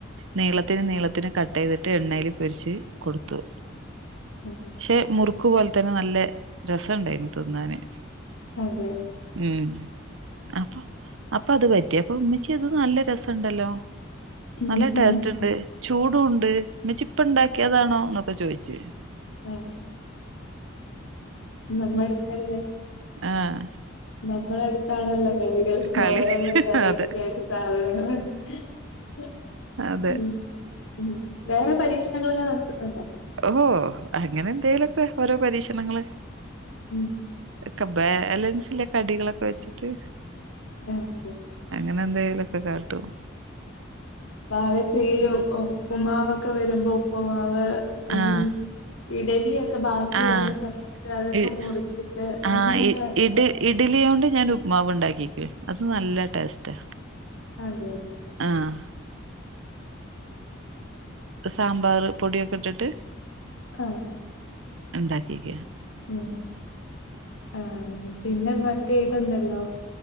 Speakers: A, on the right (about 70°); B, on the left (about 80°).
A: നീളത്തിന് നീളത്തിന് കട്ട് ചെയ്തിട്ട് എണ്ണയില് പൊരിച്ച് കൊടുത്തുെ.
B: ഉം
A: ഷേ മുറുക്ക് പോലെ തന്നെ നല്ല രസണ്ടായിരുന്ന് തിന്നാന്
B: അതെ
A: ഉം അപ്പൊ അപ്പൊ അത് പറ്റി അപ്പൊ ഉമ്മിച്ചി അത് നല്ല രസണ്ടല്ലോ
B: ഉം
A: നല്ല ടേസ്റ്റ് ഉണ്ട് ചൂടുംണ്ട് മ്ച്ചിപ്പ ഇണ്ടാക്കിയതാണോ എന്നൊക്കെ ചോയിച്ചു
B: ആ നമ്മളട്ക്കല്ലേ
A: ആഹ
B: നമ്മളടുത്താണല്ലോ കളികൾ
A: കളി
B: ഓരോന്നു വെറൈറ്റി
A: അതെ
B: ആയിട്ട് സാധനങ്ങളു ഹ്ഹ
A: അതെ
B: ഉം ഉം വേറെ പരീക്ഷണങ്ങളൊക്കെ നടത്തീട്ടുണ്ടോ
A: ഓഹോ അങ്ങനെ എന്തേലൊക്കെ ഓരോ പരീക്ഷണങ്ങള്
B: ഉം
A: ക്കെ ബാലൻസിലെ കടികളൊക്കെ വെച്ചിട്ട്
B: ഉം ഹൂം
A: അങ്ങന എന്തേലൊക്കെ കാട്ടും
B: ബാലൻസ് ചെയ്യും ഉപ്പുമാവൊക്കെ വരുമ്പോ ഉപ്പുമാവ് ഈ
A: ആഹ്
B: ഇഡലിയൊക്കെ ബാക്കി
A: ആഹ്
B: വരുന്ന സമയത്ത് അതൊക്കെ
A: ഇ
B: മുറിച്ചിട്ട്
A: ആഹ്
B: അങ്ങനെയൊക്കെ
A: ഇ ഇഡ്
B: അ
A: ഇഡ്ലിയോണ്ട് ഞാൻ ഉപ്മാവ് ഉണ്ടാക്കി അത് നല്ല ടേസ്റ്റാ
B: അതെ അതെ ആ
A: ആഹ് സാമ്പാർ പൊടിയൊക്കെ ഇട്ടിട്ട്
B: ആഹ
A: എന്താക്കി
B: ഉ ആ പിന്നെ മറ്റേഇതുണ്ടല്ലോ